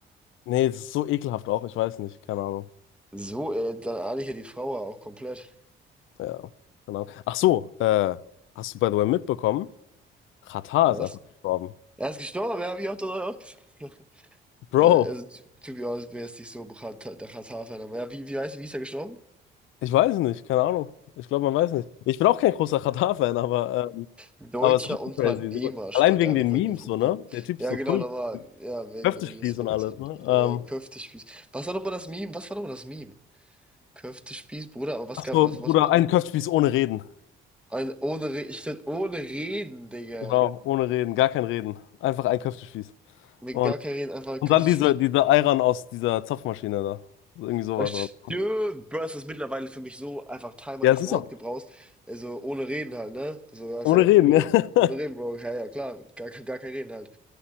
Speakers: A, on the left (about 85°); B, in the centre.
A: nee, es ist so ekelhaft auch. Ich weiß nicht, keine Ahnung.
B: so, äh, dann ahne ich ja die Frau ja auch komplett.
A: Ja, keine Ahnung. Ach so, äh, hast du by the way mitbekommen? Xatar
B: Was?
A: ist einfach gestorben.
B: Er ist gestorben, ja, hab ich auch, doch auch gesehen. <laughs>
A: Bro,
B: Ja, also, to to be honest, bin jetzt nicht so bekannt, der Katar-Fan, aber ja, wie, wie heißt, wie ist er gestorben?
A: ich weiß nicht, keine Ahnung. Ich glaube, man weiß nicht. Ich bin auch kein großer Xatar-Fan, aber, ähm,
B: Deutscher
A: aber es ist trotzdem
B: Unternehmer
A: crazy. So,
B: steht
A: allein wegen
B: einfach,
A: den
B: wenn
A: Memes,
B: du vorkommst.
A: so, ne? Der Typ
B: Ja,
A: ist so
B: genau,
A: cool.
B: nochmal. Ja, wegen
A: Köftespieß
B: dem News hundert
A: und alles,
B: Prozent.
A: ne?
B: Ja,
A: Ähm,
B: Köftespieß. Was war nochmal das Meme? Was war nochmal das Meme? Köftespieß, Bruder, aber was
A: ach
B: gab,
A: so,
B: was,
A: Bruder,
B: was,
A: ein Köftespieß ohne Reden.
B: ein, ohne, Re- ich find, ohne Reden, Digga.
A: Genau, ohne Reden, gar kein Reden. Einfach ein Köftespieß.
B: Mit
A: Und,
B: gar kein Reden, einfach
A: und
B: Köftespieß.
A: dann diese, diese Ayran aus dieser Zapfmaschine da. So, irgendwie sowas
B: Oh, stimmt,
A: war das.
B: Bro, das ist mittlerweile für mich so einfach Teil meines
A: Ja, es ist
B: Wortgebrauchs.
A: auch.
B: Also, ohne Reden halt, ne? Sogar
A: Ohne
B: safe,
A: Reden,
B: ohne
A: ja.
B: Reden.
A: <laughs>
B: Ohne Reden, Bro. Ja, ja, klar. Gar, gar kein Reden halt.